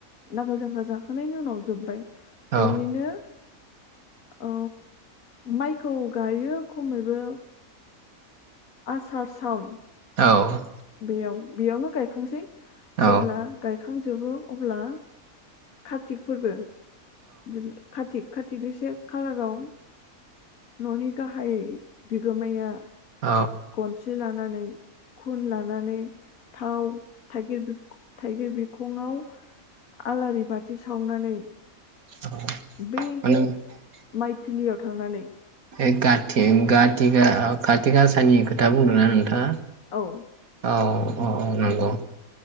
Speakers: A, on the left; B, on the right.
A: नांगोल जांख्रा जाखांनायनायनि उनाव जोबबाय बेनिनो
B: औ
A: औ माइखौ गायो खमैबो आसार सावन
B: औ
A: बेयाव बेयावनो गायखांसै
B: औ
A: जेब्ला गाय खांजोबो अब्ला कारतिक फोरबो बिदि खाथिक कातिकनि से खालाराव न'नि गाहाय बिगोमाया
B: औ
A: गनसि लानानै खुन लानानै थाव थाइगिर थाइगिर बिखंआव आलारि बाथि सावनानै
B: <unintelligible>
A: बे माइथिलियाव थांनानै
B: बे खाथि गाथिगआ गासानि खोथा बुंदोंना नोंथाङा
A: औ
B: औ औ नंगौ।